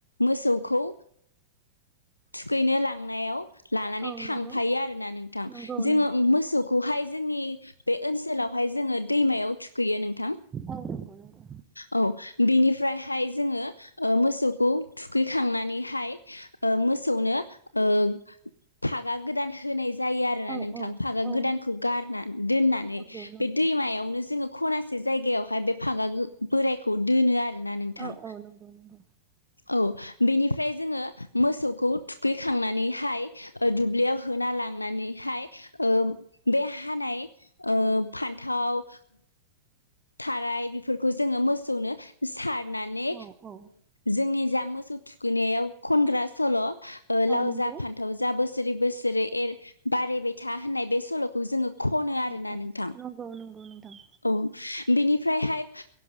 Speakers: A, on the left (about 85°); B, on the right (about 20°).
A: मोसौखौ थुखैनो लांनायाव लानानै
B: औ
A: थांफायो
B: नंगौ
A: आरो ना नोंथां
B: नंगौ
A: जोङो
B: नोंथां
A: मोसौखौहाय जोंनि बे ओनसोलाव हाय जोङो दैमायाव थुखैयो नोंथां
B: औ नंगौ नंगौ
A: औ बेनिफ्रायहाय जोङो ओ मोसौखौ थुखैखांनानैहाय ओ मोसौनो ओ फागा गोदान होनाय जायो आरोना
B: औ
A: नोंथां
B: औ
A: फागा
B: औ
A: गोदानखौ गारना दोननानै
B: नंगौ नंगौ
A: बे दैमायावनो जोङो खनासे जायगायावहाय बे फागा बोरायखौ दोनो आरो ना नोंथां
B: औ औ नंगौ नंगौ
A: औ बेनिफ्राय जोङो मोसौखौ थुखैखांनानैहाय दुब्लियाव होना लांनानैहाय बे हानाय फान्थाव थाराय बेफोरखौ जोङो मोसौनो सार नानै
B: औ औ
A: जोंनि जा मोसौ थुखैनायाव खनग्रा सल'
B: औ
A: लाव
B: नंगौ
A: जा फान्थाव जा बोस बोसोरै बोसोरै एर बारायबाय था होननाय बे सल'खौ जोङो खनो आरोना
B: औ औ
A: नोंथां
B: नंगौ नंगौ नोंथां
A: औ ओमफ्रायहाय